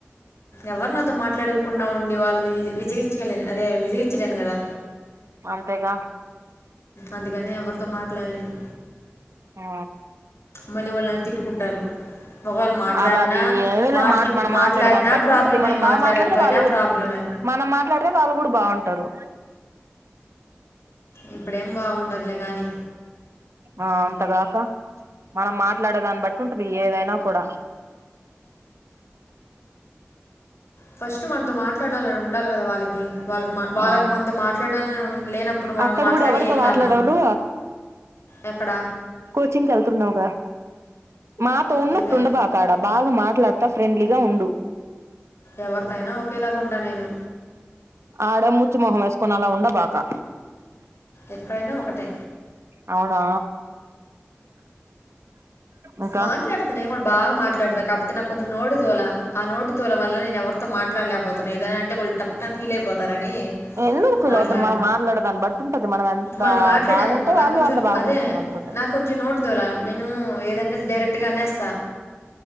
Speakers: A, on the left; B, on the right.
A: ఎవరు నాతో మాట్లాడకుండా ఉండి వాళ్ళని వి విజగించలేను అదే విజగించలేను కదా
B: అంతేగా
A: అందుకని ఎవరితో మాట్లాడలేను
B: ఆ
A: మళ్ళీ వాళ్ళు నన్ను తిట్టుకుంటారు ఒకవేళ మాట్లాడినా
B: అలాగే ఏమిలే
A: మాట్లా
B: మాట మనం
A: మాట్లాడినా
B: మాట్లాడే దాన్ని బట్టి
A: ప్రాబ్లమే
B: ఉంటది మనం బాగా
A: మాట్లాడకపోయినా
B: మాట్లాడితే వాళ్ళు
A: ప్రాబ్లమే
B: మనం మాట్లాడితే వాళ్ళు కూడా బాగుంటారు
A: ఇప్పుడేం బాగుంటరులే కానీ
B: ఆ అంతేగా అక్క మనం మాట్లాడేదాన్ని బట్టి ఉంటది ఏదైనా కూడా
A: ఫస్ట్ మనతో మాట్లాడాలని ఉండాలి కదా వాళ్ళకి వాళ్ళకి మా వాళ్ళకి
B: ఆ
A: మనతో మాట్లాడాలని లేనప్పుడు మనం
B: అక్కడ
A: మాట్లాడి
B: కూడా ఎవరితో
A: ఏమి
B: మాట్లాడవులు
A: లాభమా ఎక్కడ
B: కోచింగ్కి వెళ్తున్నావుగా మాతో ఉన్నట్టుండబాకు
A: ఏదో
B: అక్కడ బాగా మాట్లాడుతా ఫ్రెండ్లీగా ఉండు
A: ఎవరితో అయినా ఒకేలాగ ఉంటా నేను
B: ఆడ ముచ్చు మొహం వేసుకొని అలా ఉండబాకా
A: ఎక్కడైనా ఒకటే
B: అవునా ఇంకా
A: మాట్లాడు నేను కూడా బాగా మాట్లాడతా కాకపోతే నాకు కొంచెం నోటి దూల ఆ నోటి దూల వల్ల నేను ఎవరితో మాట్లాడలేకపో ఏదైనా అంటే వాళ్ళు టప్పని ఫీల్ అయిపోతారని
B: ఎందుకు ఫీల్
A: మాట్లాడను
B: అవుతారు మనం మాట్లాడే దాన్ని బట్టి ఉంటది మనం ఎంత
A: మనం మాట్లాడాము
B: బాగుంటే
A: అనుకో నాకు
B: వాళ్ళు
A: కొంచెం
B: అంత బాగుంటారు
A: అదే
B: మనతోటి
A: నాకు కొంచెం నోటి దూల నేను ఏద డైరెక్ట్ గా అనేస్తా